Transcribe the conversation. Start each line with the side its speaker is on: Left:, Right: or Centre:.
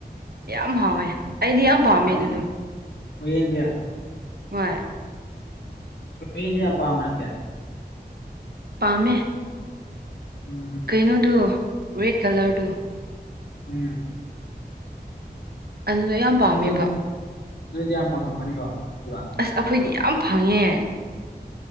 Right: ꯌꯥꯝ ꯍꯥꯎꯋꯦ ꯑꯩꯗꯤ ꯌꯥꯝ ꯄꯥꯝꯃꯦ
Left: ꯌꯥꯝ
Right: ꯑꯗꯨꯗꯣ
Left: ꯎꯏꯌꯦꯟꯖꯦ
Right: ꯍꯣꯏ
Left: ꯃꯤꯟꯌꯥ ꯄꯥꯝꯔꯦ
Right: ꯄꯥꯝꯃꯦ
Left: ꯎꯝ
Right: ꯀꯩꯅꯣꯗꯨ ꯔꯦꯠ ꯀꯂꯔꯗꯨ
Left: ꯎꯝ
Right: ꯑꯗꯨꯅ ꯌꯥꯝ ꯄꯥꯝꯃꯦꯕ
Left: ꯅꯣꯏ ꯅꯣꯏꯗꯤ ꯌꯥꯝ ꯐꯪꯉꯝꯒꯅꯤꯀꯣ ꯄꯨꯔꯥ
Right: ꯑꯁ ꯑꯩꯈꯣꯏꯗꯤ ꯌꯥꯝ ꯐꯪꯉꯦ